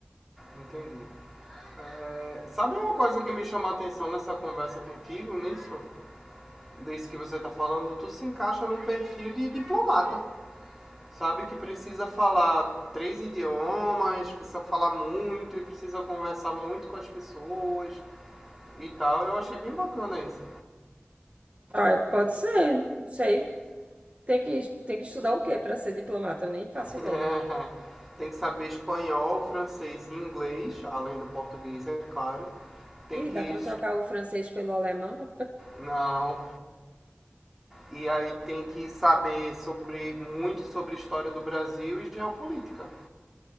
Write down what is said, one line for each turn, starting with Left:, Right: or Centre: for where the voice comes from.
Centre: Entendi. É, sabe uma coisa que me chamou a atenção nessa conversa contigo, nisso? Disso que você tá falando, tu se encaixa num perfil de diplomata, sabe? Que precisa falar três idiomas, precisa falar muito e precisa conversar muito com as pessoas e tal. Eu achei bem bacana isso.
Right: Ah, pode ser, não sei. Tem que, tem que estudar o quê para ser diplomata? Eu nem faço
Centre: <laughs>
Right: ideia.
Centre: Tem que saber espanhol, francês e inglês, além do português, é claro. Tem
Right: Ih,
Centre: que.
Right: dá pra trocar o francês pelo alemão?
Centre: Não, E aí tem que saber sobre muito sobre a história do Brasil e geopolítica.